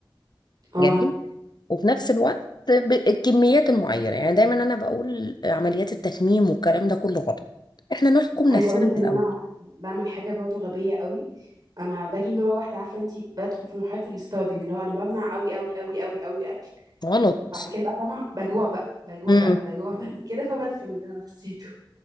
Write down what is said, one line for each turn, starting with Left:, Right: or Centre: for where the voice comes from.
Right: اه
Left: جميل وفي نفس الوقت بالكميات المعينة يعني دايما أنا بقول عمليات التكميم والكلام ده كله غلط إحنا نحكم
Right: عايزه
Left: نفسنا
Right: اقول لك
Left: من
Right: ان
Left: الأول
Right: انا بعمل حاجه برضو غبيه قوي انا باجي مره واحده عارفه انت بدخل في مرحله الستارفنج اللي هو انا بمنع قوي قوي قوي قوي قوي اكل
Left: غلط
Right: بعد كده بقى فاهمه بجوع بقى بجوع
Left: امم
Right: بقى بجوع بعد <laughs> كده فبتخن اللي انا خسيته